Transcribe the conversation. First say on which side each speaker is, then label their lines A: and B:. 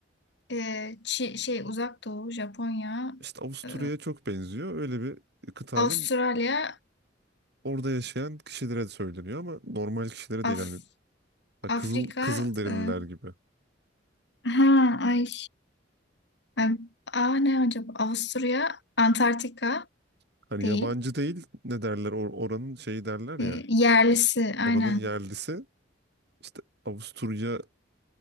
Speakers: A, on the left; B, on the right.
A: ee, Çi- şey uzak doğu, Japonya,
B: İşte Avusturya'ya
A: ee,
B: çok benziyor. Öyle bir kıtanın
A: Avustralya,
B: orada yaşayan kişilere de söyleniyor ama normal kişilere
A: Af
B: değil hani ha,
A: Afrika,
B: kızıl kızıl derililer
A: ee,
B: gibi.
A: ha ay. Ay, Aa, ne acaba? Avusturya, Antarktika,
B: Hani
A: Değil.
B: yabancı değil ne derler or- oranın şeyi derler
A: E,
B: ya.
A: yerlisi aynen.
B: Oranın yerlisi işte Avusturyalı